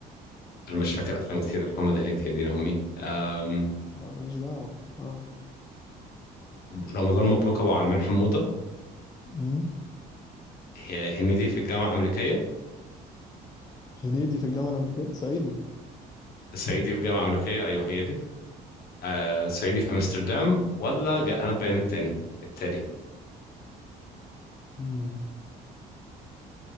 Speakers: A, on the left; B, on the left.
A: انا مش فاكر افلام كتير محمد هنيدي يا دين امي أم...
B: لا ماليش دعوة اه
A: رمضان مبروك ابو عالمين حموده
B: امم
A: هي هنيدي في الجامعه الامريكيه
B: هنيدي في الجامعة الأمريكية صعيدي
A: صعيدي في الجامعه الامريكيه ايوه هي دي أه... صعيدي في امستردام ولا جاء انا بيان التاني التالي
B: امم